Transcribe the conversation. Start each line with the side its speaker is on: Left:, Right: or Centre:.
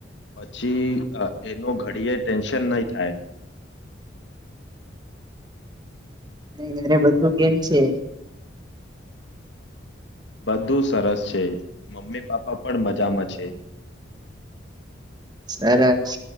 Left: પછી એનો ઘડીયે ટેન્શન નહી થાય.
Right: ધેરે બધું કેમ છે.
Left: બધું સરસ છે મમ્મી પાપ્પા પણ મજામાં છે.
Right: સરસ